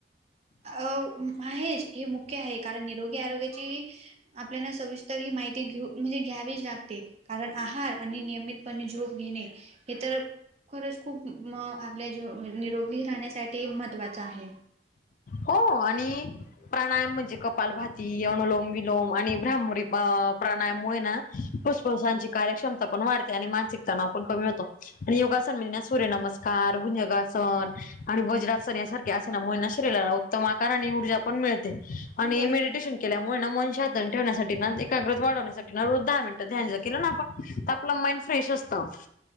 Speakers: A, on the right (about 35°); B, on the left (about 50°).
A: अ महेज हे मुख्य आहे, कारण निरोगी आरोग्याची आपल्याला सविस्तर ही माहिती घेऊ म्हणजे घ्यावीच लागते, कारण आहार, आणि नियमित पने झोप घेणे हे तर खरंच खूप म आपल्या जीव निरोगी राहण्यासाठी महत्त्वाचं आहे.
B: हो आणि प्राणायाम म्हणजे कपालभाती, अनुलोम विलोम आणि ब्राह्मरी प्राणायाममुळे ना फुफुसांची कार्यक्षमता पण वाढते, आणि मानसिक तणाव पण कमी होतो. आणि योगासन म्हणे ना सूर्य नमस्कार, गुनयगासन, आणि वज्रासन यासारख्या <unintelligible> उत्तम आकार आणि ऊर्जा पण मिळते आणि
A: बरोबर
B: मेडिटेशन केल्यामुळे ना मनशहातनं ठेवण्यासाठी ना, एकाग्रत वाढवण्यासाठी ना, रोज दहा मिनिटं ध्यान केलं ना आपण आपलं माइंड फ्रेश असतं,